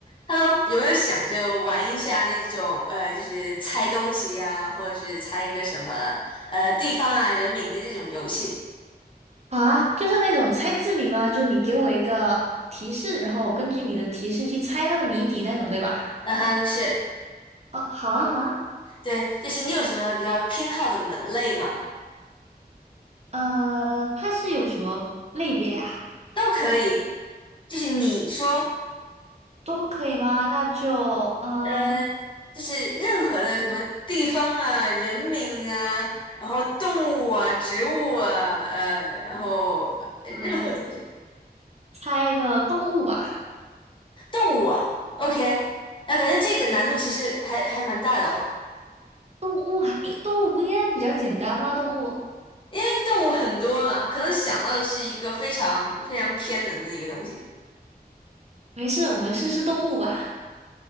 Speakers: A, on the left; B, on the right.
A: Hello，有没有想着玩一下那种呃，就是猜东西呀、或者是猜一个什么呃地方啊、人名的这种游戏？
B: 啊，就是那种猜字谜吗？就是你给我一个提示，然后我根据你的提示去猜它的谜底那种，对吧？
A: 嗯哼，是，
B: 哦，好啊，好啊。
A: 对，就是你有什么比较偏好的门类吗？
B: 呃，它是有什么类别呀？
A: 都可以，就是你说
B: 都可以吗？那就嗯，
A: 呃，就是任何的什么地方啊、人名啊，然后动物啊、植物啊，呃，然后呃任何东西，
B: 我来猜一个动物吧。
A: 动物啊，OK，那感觉这个难度其实还还蛮大的哦。
B: 动物还，动物不应该比较简单吗？动物，
A: 因为动物很多嘛，可能想到的是一个非常非常偏门的一个东西。
B: 没事，我们试试动物吧。